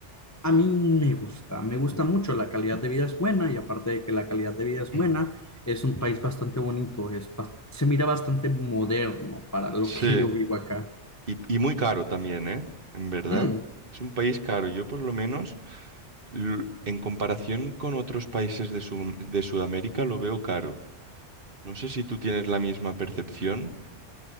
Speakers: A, on the left; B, on the right.
A: a mí me gusta, me gusta mucho, la calidad de vida es buena y aparte de que la calidad de vida es
B: <clears throat>
A: buena, es un país bastante bonito, es, bas- se mira bastante moderno para lo
B: Sí.
A: que yo vivo acá.
B: Y, y muy caro también, ¿eh? En verdad.
A: Mm,
B: Es un país caro. Yo por lo menos, l- en comparación con otros países de, Sudam- de Sudamérica, lo veo caro. No sé si tú tienes la misma percepción